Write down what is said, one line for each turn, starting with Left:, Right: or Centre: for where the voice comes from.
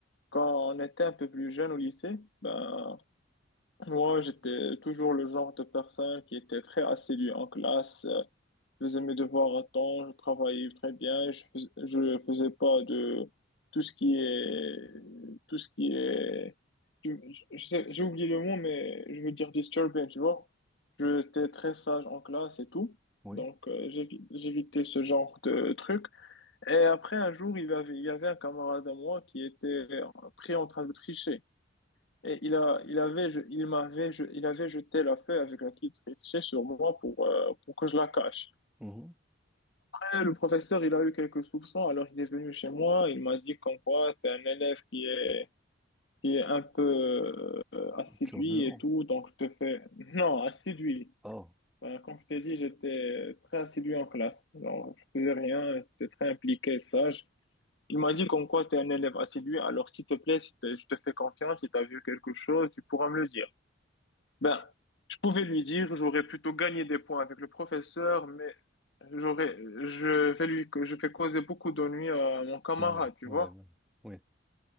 Left: quand on était un peu plus jeune au lycée, ben, moi, j'étais toujours le genre de personne qui était très assidue en classe. euh, je faisais mes devoirs à temps, je travaillais très bien, je fais- je faisais pas de tout ce qui est tout ce qui est je- je sais- j'ai oublié le mot mais je veux dire disturbing, tu vois. J'étais très sage en classe et tout.
Centre: Oui,
Left: Donc euh, j'évi- j'évitais ce genre de truc. Et après un jour, il avait il y avait un camarade à moi qui était pris en train de tricher. Et il a, il avait, je- il m'avait, je- il avait jeté la feuille avec laquelle il trichait sur moi pour, euh, pour que je la cache.
Centre: mhm.
Left: Eh, le professeur, il a eu quelques soupçons, alors il est venu chez moi, il m'a dit comme quoi t'es un élève qui est, qui est un peu euh, assidu
Centre: Turbulent.
Left: et tout, donc je te fais... Non, assidu.
Centre: Ah,
Left: Ben, comme je t'ai dit, j'étais très assidu en classe. Genre, je faisais rien, j'étais très impliqué, sage. Il m'a dit comme quoi t'es un élève assidu, alors s'il te plaît, si t'es- je te fais confiance, si t'as vu quelque chose, tu pourras me le dire. Ben, je pouvais lui dire, j'aurais plutôt gagné des points avec le professeur, mais j'aurais, je vais lui, je fais causer beaucoup d'ennuis à mon camarade,
Centre: Ouais,
Left: tu
Centre: ouais,
Left: vois.
Centre: ouais. Ouais.